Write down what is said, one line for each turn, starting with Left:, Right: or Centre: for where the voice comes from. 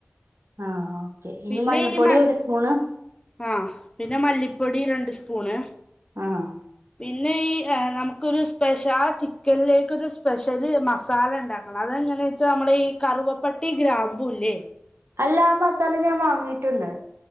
Right: ആഹ് ഓക്കേ ഇനി
Left: പിന്നെ
Right: മഞ്ഞൾപ്പൊടി
Left: ഈ മ
Right: ഒരു സ്പൂണ്
Left: ആഹ് പിന്നെ മല്ലിപ്പൊടി രണ്ട് സ്പൂണ്
Right: ആഹ്
Left: പിന്നെ ഈ നമുക്കൊരു സ്പെഷ്യൽ ആ ചിക്കനിലേക്കരു സ്പെഷ്യല് മസാല ഉണ്ടാക്കും അതെങ്ങനെ വെച്ചാ നമ്മുടെ ഈ കറുവപ്പെട്ടി ഗ്രാമ്പവും ഇല്ലേ
Right: അല്ല ആഹ് മസാല ഞാൻ വാങ്ങിയിട്ടുണ്ട്